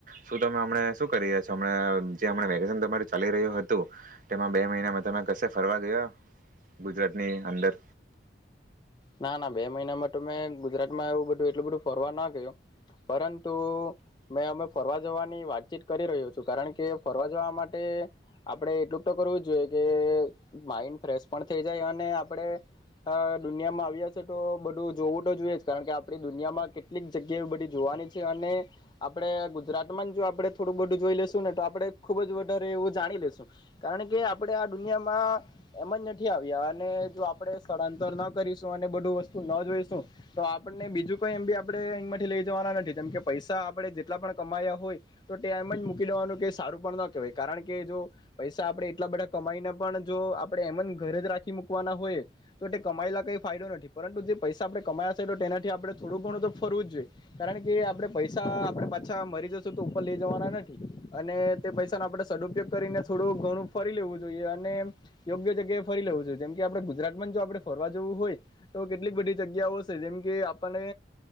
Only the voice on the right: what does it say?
શું તમે હમ શું કરી રહ્યા છોમ જેમ વેકેશન તમારું ચાલી રહ્યું હતું તેમાં બે મહિનામાં તમે કશે ફરવા ગયા ગુજરાતની અંદર.